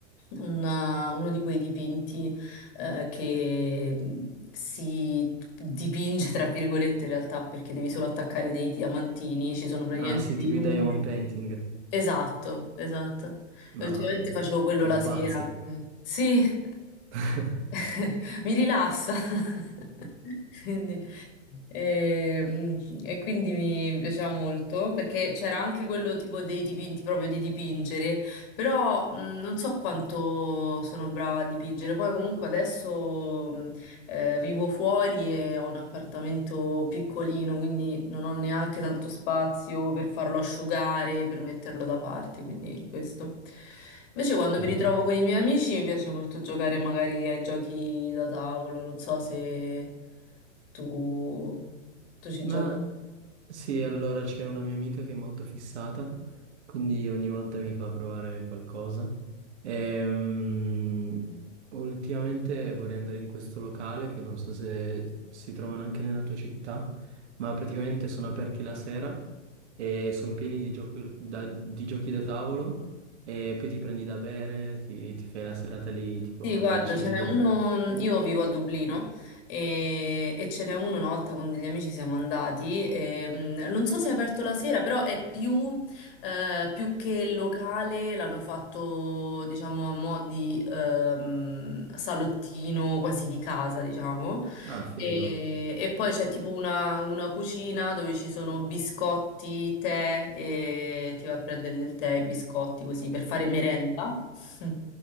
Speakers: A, on the left; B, on the right.
A: un, uh, uno di quei dipinti eh, che mm, si dipinge tra virgolette in realtà perché devi solo attaccare dei diamantini, ci sono praticamente
B: Ah sì,
A: dei
B: tipo
A: numeri.
B: i diamond painting.
A: Esatto, esatto. E
B: Mamma
A: ultimamente
B: mia,
A: facevo quello
B: da
A: la sera.
B: pazzi.
A: eh. Sì. <laughs>
B: <laughs>
A: <laughs> mi rilassa. <laughs> Quindi, ehm, e, quindi mi, mi piaceva molto perché c'era anche quello tipo dei dipinti proprio di dipingere, però mh, non so quanto sono brava a dipingere. Poi comunque adesso mhmm, eh, vivo fuori e ho un appartamento piccolino, quindi non ho neanche tanto spazio per farlo asciugare, per metterlo da parte, quindi questo. Invece quando
B: <laughs>
A: mi ritrovo con i miei amici mi piace molto giocare magari ai giochi da tavolo, non so se tu, tu ci
B: Ma
A: giochi.
B: sì, allora c'è una mia amica che è molto fissata, quindi ogni volta mi fa provare qualcosa. Ehm, ultimamente vorrei andare in questo locale che non so se si trovano anche nella tua città, ma praticamente sono aperti la sera e sono pieni di gioco- da- di giochi da tavolo e poi ti prendi da bere, ti, ti fai la serata lì tipo
A: Sì, guarda,
B: nel chill.
A: ce n'è uno, io vivo a Dublino e, e ce n'è uno una volta con degli amici siamo andati, e, mh, non so se è aperto la sera, però è più, eh, più che locale, l'hanno fatto diciamo a mo' di ehm, salottino quasi di casa, diciamo,
B: Ah, figo.
A: e, e poi c'è tipo una, una cucina dove ci sono biscotti, tè e ti vai a prendere del tè e biscotti così per fare merenda. <laughs>